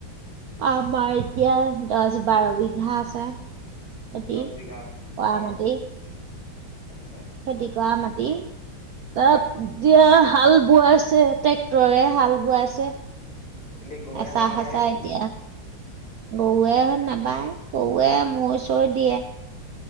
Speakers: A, on the right; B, on the left.
A: আমাৰ এতিয়া দছ বাৰ বিঘা আছে, খেতি
B: দহ
A: কৰা
B: বিঘা অ
A: মাটি।
B: আচ্ছা
A: খেতি কৰা মাটি, অপ
B: অ
A: দিয়া হাল বোৱাইছে, তেক তৰে হাল বোৱাইছে,
B: কেলে গৰুৱে
A: এচাহ
B: হাল নাবায়
A: সেচাহ
B: নেকি
A: এতিয়া গৰুৱে হ নাবায়, গৰুৱে মৈ চৈ দিয়ে।